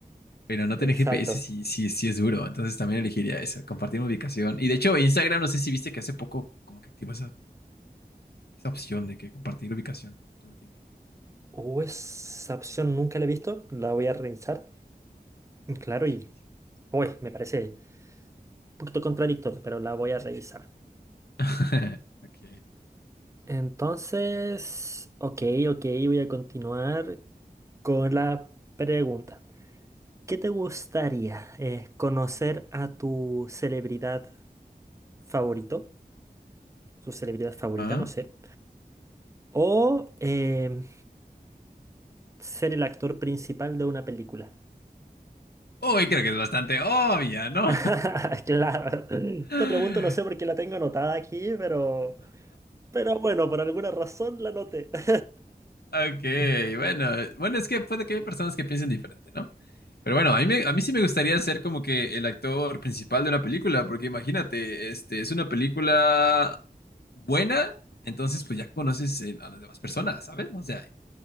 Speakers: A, on the left; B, on the right.
A: Pero no
B: exacto.
A: tener GPS sí, sí, sí es duro. Entonces, también elegiría eso, compartir mi ubicación. Y de hecho, Instagram, no sé si viste que hace poco como que activó esa esa opción de que compartir ubicación todo el tiempo.
B: Uh, esa opción nunca la he visto, la voy a revisar. Claro,
A: Sí.
B: y uy, me parece un poquito contradictorio, pero la voy a revisar.
A: <laughs> Ok.
B: Entonces, ok, ok, voy a continuar con la pregunta. ¿Qué te gustaría eh, conocer a tu celebridad favorito? su celebridad favorita,
A: Ajá.
B: no sé. O em, ser el actor principal de una película.
A: Uy, creo que es bastante obvia, ¿no?
B: <laughs> Claro. Esta
A: <laughs>
B: pregunta no sé por qué la tengo anotada aquí, pero, pero bueno, por alguna razón la anoté. <laughs>
A: Ok, bueno, bueno, es que puede que haya personas que piensen diferente, ¿no? Pero bueno, a mí, me- a mí sí me gustaría ser como que el actor principal de una película, porque imagínate, este, es una película buena, entonces pues ya conoces el- a las demás personas, ¿sabes? O sea,